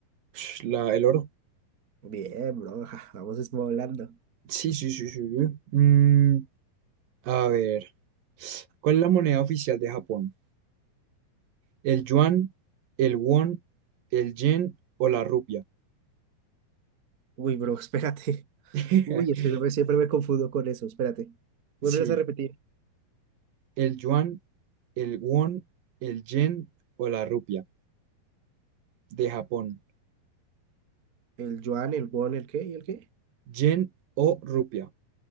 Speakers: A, on the right; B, on the right.
A: Ush, la, el oro.
B: Bien, bro. <laughs> ja, Vamos esmolando.
A: Sí, sí, sí, sí. sí. Mm, a ver, ¿cuál es la moneda oficial de Japón? el yuan, el won, el yen o la rupia.
B: Uy, bro, <laughs> espérate.
A: <laughs>
B: Uy, es que yo me- siempre me confundo con eso. Espérate. Vuelves
A: Sí,
B: a repetir.
A: el yuan, el won, el yen o la rupia de Japón.
B: El yuan, el won, el qué y el qué.
A: Yen o rupia.